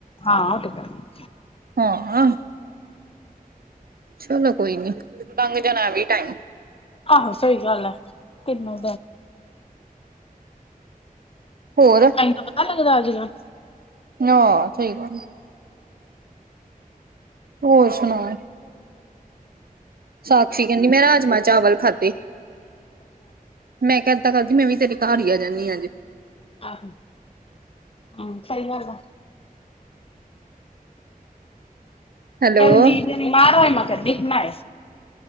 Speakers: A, on the left; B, on the right.
A: ਹਾਂ ਤੇ ਕਰਨਾ।
B: ਹਮ। ਚਲੋ ਕੋਈ ਨੀ <unintelligible> ਲੰਘ ਜਾਣਾ ਵੀ ਟਾਈਮ।
A: ਆਹੋ ਸਹੀ ਗੱਲ ਏ। ਕਿੰਨਾ
B: ਹੋਰ।
A: ਤੈਨੂੰ ਪਤਾ ਲੱਗਦਾ ਅੱਜ ਦਾ
B: ਨਾ ਸਹੀ ਗੱਲ ਐ। ਹੋਰ ਸੁਣਾ। ਸਾਕਸ਼ੀ ਕਹਿੰਦੀ ਮੈਂ ਰਾਜਮਾਂ ਚਾਵਲ ਖਾਧੇ। ਮੈਂ ਕਹਿਦਾ ਕਰਦੀ ਮੈਂ ਵੀ ਤੇਰੇ ਘਰ ਹੀ ਆ ਜਾਂਦੀ ਅੱਜ।
A: ਆਹੋ, ਹਾਂਜੀ ਕਈ ਵਾਰ ਦਾ
B: ਹੈਲੋ,
A: ਜੀ ਦੇ ਨਹੀ ਮਾਰ ਮੈਂ ਕਿਹਾ ਦੇਖਣਾ।